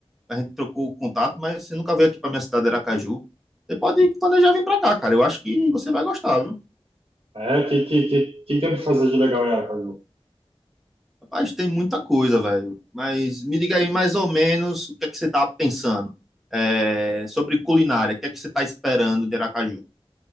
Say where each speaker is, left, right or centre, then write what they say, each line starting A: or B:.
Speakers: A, in the centre; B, on the right (about 65°).
A: a gente trocou o contato, mas você nunca veio aqui para minha cidade, Aracaju. Você pode planejar vir para cá, cara. Eu acho que você vai gostar, viu?
B: É, o que, que, que, que tem para fazer de legal em Aracaju?
A: Rapaz, tem muita coisa, velho. Mas me diga aí mais ou menos o que é que você tá pensando É, sobre culinária. O que é que você tá esperando de Aracaju?